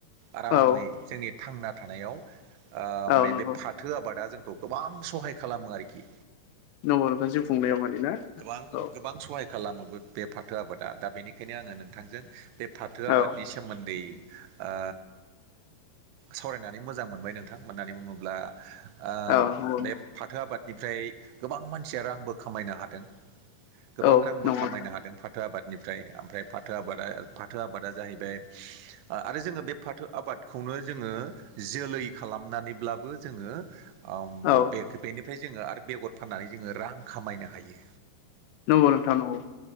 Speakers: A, on the right; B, on the left.
A: आरामै
B: औ
A: जोंनि थांना थानायाव ओ
B: औ
A: माने
B: नंगौ
A: बे फा थो आबादा जोंखौ गोबां सहाय खालामो आरोखि।
B: औ औ नोंथां जिउ खुंनायाव माने ना?
A: गोबां
B: औ
A: गोबां सहाय खालामो बे बे फाथो आबादा दा बेनिखायनो आंङो नोंथांजों बे फाथो आबादनि
B: औ
A: सो सोमोन्दै ओ सावरायनानै मोजां मोनबाय नोंथां। मानो होननानै बुङोब्ला ओ
B: औ नंगौ
A: बे फाथो आबादनिफ्राय गोबां मानसिया रांबो खामायनो हादों। गोबां
B: औ
A: रांबो
B: नंगौ
A: खामायनो हादों फाथ फाथो आबादनिफ्राय ओमफ्राय फाथो आबादा फाथो आबादा जाहैबाय ओ आरो जोङो बे फाथो आबादखौनो जोङो जोलै खालामनानैब्लाबो जोङो ओम
B: औ।
A: बेफोरबायनिफ्राय जोङो आरो बेगर फाननानै जोङो रां खामायनो हायो।
B: नंगौ नोंथां नंगौ।